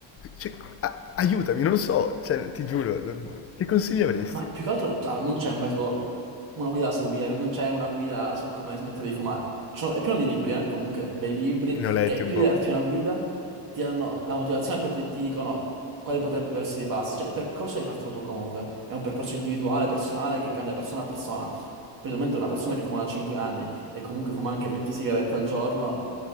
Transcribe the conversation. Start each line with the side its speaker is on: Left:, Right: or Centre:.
Left: cioè, a- aiutami, non lo so, cioè, ti giuro, non- che consigli avresti?
Right: Ma più che altro, cioè, non c'è un metodo, una guida da seguire, non c'è una guida su come smettere di fumare. Cioè, è pieno di libri, eh, comunque, bei libri,
Left: Ne ho letti
Right: che
Left: un
Right: più
Left: po',
Right: di darti
Left: ma...
Right: una guida, ti danno la motivazione, poi ti, ti dicono quali potrebbero essere i passi. Cioè, il percorso devi fartelo tu comunque. È un percorso individuale, personale, che cambia persona a persona. Specialmente una persona che fuma da 5 anni e comunque fuma anche 20 sigarette al giorno,